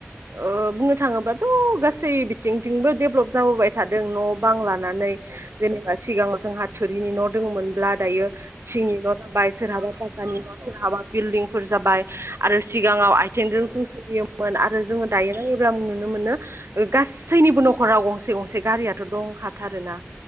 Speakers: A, on the right; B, on the right.
A: ओ बुंनो थाङोबाथ' गासै बिथिंथिंबो डेभेलप जाबोबाय थादों न' बांला। नानै
B: औ
A: जेनेबा सिगांवाव जोंहा थोरिनि न' दोङो मोनब्ला। दायो थिंनि न' जाबाय सोराबा
B: औ
A: पाक्कानि न' सोराबा बिल्दिंफोर जाबाय आरो सि सिगाङाव आथिंजों
B: औ
A: जों सोलियोमोन आरो जोङो दायो नायो। ब्ला नुनो मोनो ओ गासैनिबो न'खराव गंसे गंसे गारियाथ' दंखाथार ना।